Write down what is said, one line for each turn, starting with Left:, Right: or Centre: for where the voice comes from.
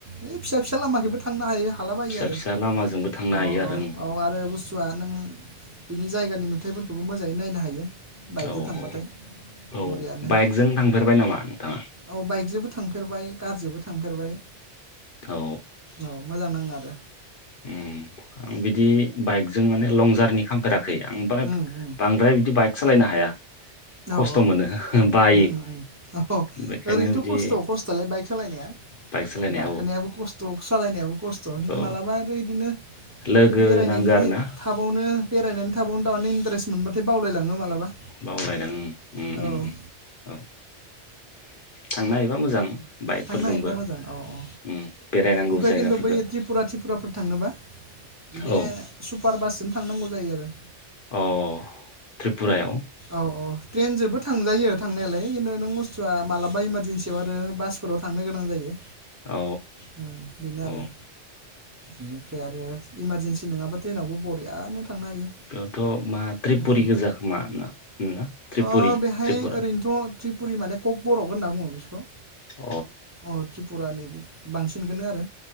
Right: ओइ फिसा फिसा लामाखैबो थांनो हायो। थालाबायो
Left: फिसा
Right: आरो
Left: फिसा लामाजोंबो थांनो हायो
Right: औ
Left: आरो
Right: औ औ आरो बुसु बसथुवा नों बिनि जायगानि नुथायफोरखौबो मोजाङै नायनो हायो। बाइकजों
Left: औ
Right: थांबाथाय
Left: औ औ
Right: बरियानो
Left: बाइकजों थांफेरबाय नामा नोंथाङा?
Right: औ बाइकजोंबो थांफेरबाय कारजोंबो। थांफेरबाय।
Left: औ
Right: औ मोजां नाङो आरो
Left: ओं बिदि बाइकजों माने लं जारनि खालामफेराखै। <unintelligible> आं एफाग्राब
Right: उम उम
Left: बांद्राय बिदि बाइक सालायनो हाया। <inaudible>
Right: औ
Left: खस्थ'
Right: औ
Left: मोनो बायो
Right: उम उम औ
Left: बेखायनो
Right: ओरैनोथ'
Left: बिदि
Right: खस्थ खस्थलाय बाइक सालायनाया
Left: बाइक सालायनायाव
Right: गाखोनायाबो खस थ' सालायनायाव खस्थ
Left: औ
Right: मालाबा आरो बिदिनो
Left: लोगो
Right: बे बेरायनायनि
Left: नांगो आरो
Right: दे
Left: ना
Right: थाबावनो बेरायनानै थाबावनोथ इन्टारेस मोनबाथाय बावलायलाङो मालाबा।
Left: बावलायलां उम
Right: औ।
Left: उम उम औ थांनो हायोबा मोजां। बाइकफोरजोंबो
Right: थांनो हायोबा मोजां अ अ
Left: उम बेरायनांगौ
Right: ओमफ्राय
Left: जायगाफोरखौ
Right: खिन्थु बै त्रिपुरा त्रिपुरा फोर थांनोबा
Left: औ
Right: बे सुपार बासजों थांनांगौ जायो आरो।
Left: अ त्रिपुरायाव
Right: औ औ ट्रेनजोबो थांजायो थांनायालाय। खिन्थु नों बुस्थुआ मालाबा इमारजेनसियाव आरो बास फोराव थांनो गोनां जायो।
Left: औ
Right: ओम बेनो
Left: औ
Right: आरो बेनिफ्राय आरो इमारजेनसि नङाबा ट्रेनावबो बरियानो थांनो हायो
Left: बेयावथ' मा त्रिपुरि
Right: उम
Left: गोजा खोमा ना? ना त्रिपुरि
Right: अ बेहाय
Left: त्रिपुरा।
Right: ओरैनोथ' त्रिपुरि माने ककबरक होनना बुङो बिसोरखौ।
Left: अ
Right: औ त्रिपुरानि बि बांसिनखौनो आरो।